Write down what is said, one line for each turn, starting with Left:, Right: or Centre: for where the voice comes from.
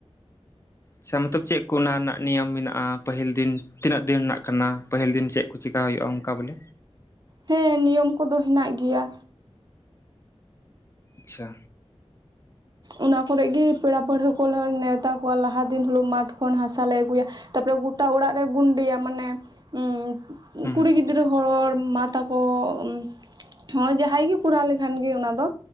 Left: ᱪᱷᱟ ᱢᱚᱛᱚᱵ ᱪᱮᱫ ᱠᱚ ᱚᱱᱟ ᱨᱮᱱᱟᱜ ᱱᱤᱭᱚᱢ ᱢᱮᱱᱟᱜ-ᱟ ᱯᱟᱹᱦᱤᱞ ᱫᱤᱱ ᱛᱤᱱᱟᱹᱜ ᱫᱤᱱ ᱨᱮᱱᱟᱜ ᱠᱟᱱᱟ ᱯᱟᱹᱦᱤᱞ ᱫᱤᱱ ᱪᱮᱫ? ᱠᱩ ᱪᱮᱠᱟ ᱦᱩᱭᱩᱜ-ᱟ ᱚᱸᱠᱟ ᱵᱚᱞᱮ?
Right: ᱦᱮᱸ ᱱᱤᱭᱚᱢ ᱠᱚᱫᱚ ᱦᱮᱱᱟᱜ ᱜᱮᱭᱟ,
Left: ᱟᱪᱪᱷᱟ,
Right: ᱚᱱᱟ ᱠᱚᱨᱮᱜ ᱜᱮ ᱯᱮᱲᱟ ᱯᱟᱹᱲᱦᱟᱸ ᱠᱚᱞᱦᱮ ᱱᱮᱣᱛᱟ ᱠᱚᱣᱟ ᱞᱟᱦᱟ ᱫᱤᱱ ᱦᱤᱞᱳᱜ ᱢᱟᱴᱷ ᱠᱷᱚᱱ ᱦᱟᱥᱟ ᱞᱮ ᱟᱹᱜᱩᱭᱟ ᱛᱟᱯᱚᱨᱮ ᱜᱚᱴᱟ ᱚᱲᱟᱜ ᱨᱮ ᱜᱩᱱᱰᱤᱭᱟ ᱢᱟᱱᱮ ᱩᱸᱻ ᱩᱸ
Left: ᱦᱩᱸ
Right: ᱠᱩᱲᱤ
Left: ᱦᱩᱸ
Right: ᱜᱤᱫᱽᱨᱟᱹ ᱦᱚᱲ ᱢᱟ ᱛᱟᱠᱚ ᱩᱸ ᱦᱚᱸ ᱡᱟᱦᱟᱸᱭ ᱜᱮ ᱠᱚᱨᱟᱣ ᱞᱮᱠᱷᱟᱱ ᱜᱮ ᱚᱱᱟ ᱫᱚ,